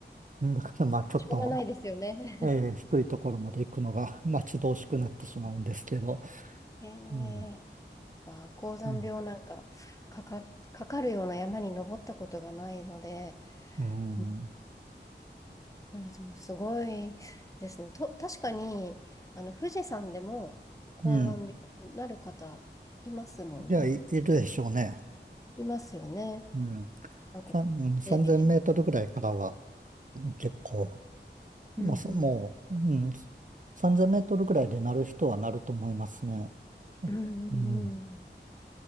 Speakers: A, on the right; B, on the left.
A: う、だからまあ、ちょっと、
B: しょうがないですよね。
A: えー低いところまで行くのが待 <laughs> ち遠しくなってしまうんですけど、
B: <laughs> えー
A: うん、
B: あー、高山病なんか、
A: うん、
B: かか、かかるような山に登ったことがないので、
A: うん、
B: うんでもすごいですね。と、確かに、あの、富士山でも高山病になる方いますもんね。
A: うん。いや、い、いるでしょうね。
B: いますよね。
A: うん。
B: なんか、
A: さんうん3000メートルぐらいからは
B: テレビで。
A: 結構、まあ、
B: うんうん。
A: すもう、うん、3000メートルぐらいでなる人はなると思いますね。
B: うんうんうん。
A: うん。